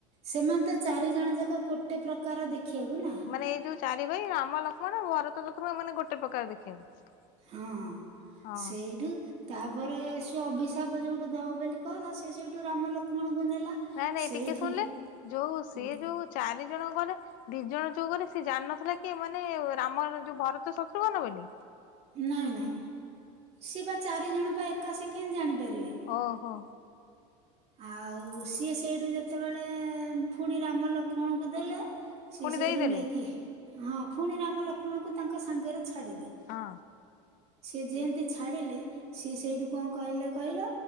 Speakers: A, on the right; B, on the left.
A: ସେମାନେ ତ ଚାରିଜଣ ଯାକ ଗୋଟେ ପ୍ରକାର ଦେଖିବାକୁ ନା।
B: ମାନେ ଏଇ ଯୋଉ ଚାରି ଭାଇ ରାମ, ଲକ୍ଷ୍ମଣ, ଭରତ, ଲକ୍ଷ୍ମନ ଗୋଟେ ପ୍ରକାର ଦେଖିବାକୁ।
A: ହଁ
B: ହଁ
A: ସେଇଠୁ। ତାପରେ ସେ ଅଭିଶାପ ଯୋଉଠୁ ଦବ ବୋଲି କହିଲା ସିଏ ସେଇଠୁ ରାମ ଲକ୍ଷ୍ମଣଙ୍କୁ ନେଲା।
B: ନାଇଁ ନାଇଁ
A: ସେଇଠି
B: ଟିକେ ଶୁଣିଲେ ଯୋଉ ସିଏ
A: ହୁଁ।
B: ଯୋଉ ଚାରି ଜଣ ଗଲେ। ଦି ଜଣ ଯୋଉ ଗଲେ ସିଏ ଜାଣିନଥିଲା କି ଏମାନେ ରାମର ଯୋଉ ଭରତ ଶତ୍ରୁଘ୍ନ ବୋଲି।
A: ନାଇଁ ନାଇଁ ସେ ବା ଚାରିଜଣ ପା ଏକା ସେ କେମତି ଜାଣିପାରିବେ।
B: ଓହୋ।
A: ଆଉ ସିଏ ସେଇଠୁ ଯେତେବେଳେ ପୁଣି ରାମ ଲକ୍ଷ୍ମଣକୁ ଦେଲେ। ସିଏ
B: ପୁଣି
A: ସେଇଠୁ
B: ଦେଇଦେଲେ
A: ନେଇକି ହଁ ପୁଣି ରାମ ଲକ୍ଷ୍ମଣଙ୍କୁ ତାଙ୍କ ସାଙ୍ଗରେ ଛାଡିଲେ।
B: ହଁ।
A: ସିଏ ଯେନ୍ତି ଛାଡିଲେ ସିଏ ସେଇଠୁ କଣ କହିଲେ କହିଲ।